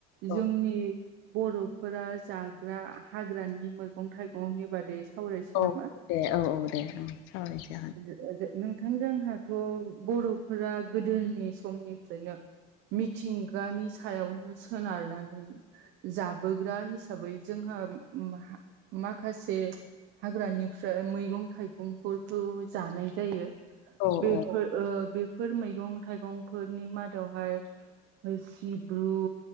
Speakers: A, on the left; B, on the right.
A: औ
B: जोंनि बर'फोरा जाग्रा हाग्रानि मैगं थाइगंनि बादै सावरायसै
A: औ
B: नामा
A: दे औ औ दे ओं सावरायनोसै जाहा
B: ओ जो नोंथां जोंहाथ' बर'फोरा गोदोनि समनिफ्रायनो मिथिंगानि सायावनो सोनारनानै जाबोग्रा हिसाबै हिसाबै जोंहा मा माखासे हाग्रानिफ्राय मैगं थाइगंफोरखौ जानाय जायो ओ
A: औ
B: बेफोर
A: औ
B: बेफोर मैगं थाइगंफोरनि मादावहाय सिब द्रु